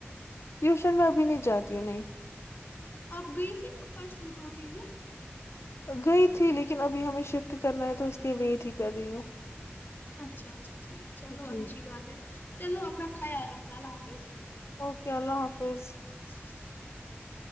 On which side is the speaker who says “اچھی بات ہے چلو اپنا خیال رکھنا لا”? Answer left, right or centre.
Left